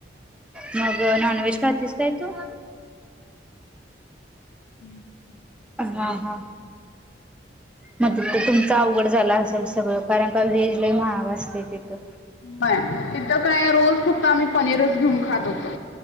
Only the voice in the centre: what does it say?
मग नॉन व्हेज खातीस काय तू.
हा हा. मग त तुमच अवघड झाल असेल सगळं कारण का व्हेज लय महाग असते तिथं.